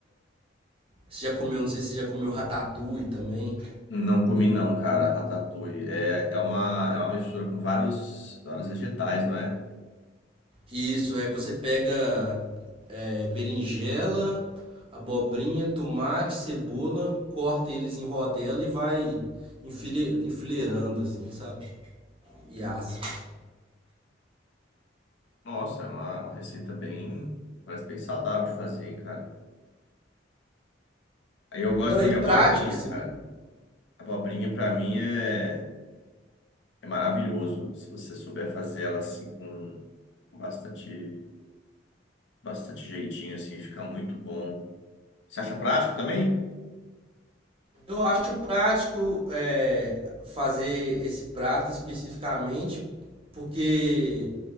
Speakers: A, on the right; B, on the left.
A: Você já comeu, não sei se você já comeu ratatouille também.
B: não comi não, cara, ratatouille. É, é uma é uma mistura com vários vários vegetais, não é?
A: Isso, aí você pega é, berinjela, abobrinha, tomate, cebola, corta eles em rodela e vai enfile- enfileirando, assim, sabe? E assa.
B: Nossa, é uma, é uma receita bem parece bem saudável de fazer, hein, cara. Aí eu gosto
A: Não,
B: muito
A: e prático,
B: de abobrinha,
A: assim.
B: cara. Abobrinha para mim é, é maravilhoso. Se você souber fazer ela assim com bastante, bastante jeitinho, assim, fica muito bom. Você acha prático também?
A: Eu acho prático é, fazer esse prato especificamente, porque,